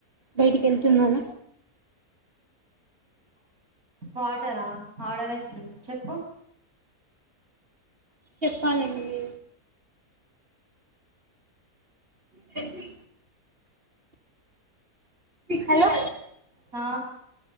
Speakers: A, on the right; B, on the right.
A: బైటికేళ్తున్నార
B: వాటరా ఆర్డర్ ఎషింది చెప్పు
A: చెప్పాలండి మీరు తేస్సి హలో
B: ఆ